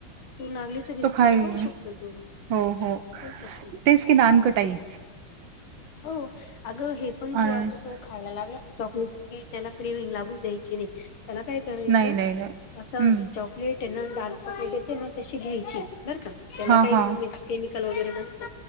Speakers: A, on the left; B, on the right.
A: तू नागलीच बिस्किट
B: तो खाईल
A: खाऊ शकतो तो
B: हो हो,
A: खाऊ शकतो
B: तेच की नानकटाई
A: हो, अग हे पण
B: अननस
A: तू आता तो खायला लागला, चॉकलेटस ही त्याला क्रिविंग लागून द्यायचीच नाही, त्याला काय करायचं
B: नाही नाही नाही
A: असं
B: हम्म
A: चॉकलेट आहे ना, डार्क चॉकलेट येते ना तशी घ्यायची, बरं का. त्याला
B: हा
A: काही
B: हा
A: मिक्स केमिकल वगैरे नसत,